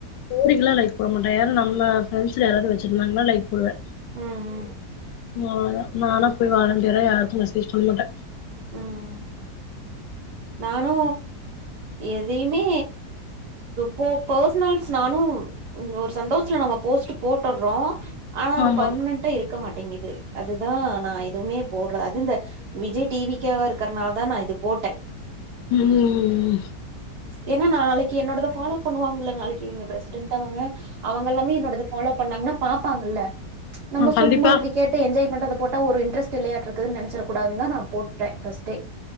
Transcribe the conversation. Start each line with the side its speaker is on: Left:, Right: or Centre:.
Left: ஸ்டோரிக்கெல்லா லைக் போட மாட்டே யாரு நம்ம ஃபிரண்ட்ஸ்ல யாராவது வச்சிருந்தாங்கன்னா லைக் போடுவே
Right: ம் ம்
Left: அவ்ள தா நானா போயி வாலண்டியரா யாருக்கு மெசேஜ் பண்ண மாட்டே
Right: உம் நானு எதயுமே போ பர்சனல்ஸ் நானு ஒரு சந்தோசத்துல நம்ம போஸ்ட் போட்டர்றோ ஆனா அது
Left: ஆமா
Right: பர்மனன்டா இருக்க மாட்டிங்குது அதுதா நா எதுவுமே போட்ற அது இந்த விஜய் டி வி கே வ இருக்கறனால தா நா இது போட்டே
Left: உம்
Right: ஏனா நாளைக்கு என்னோடத ஃபாலோ பண்ணுவாங்கல்ல நாளைக்கு இவங்க பிரசிடென்ட்டவங்க அவங்கெல்லாமே என்னோடத ஃபாலோ பண்ணாங்கன்னா பாப்பாங்கல்ல
Left: ம்
Right: நம்ம
Left: கண்டிப்பா
Right: சும்மா கிரிக்கெட்ட என்ஜாய் பண்றத போட்ட ஒரு இன்டரஸ்ட் இல்லையாட்ருக்குது நெனைச்சறக்கூடாதுந்தா நா போட்டே ஃபர்ஸ்ட்டே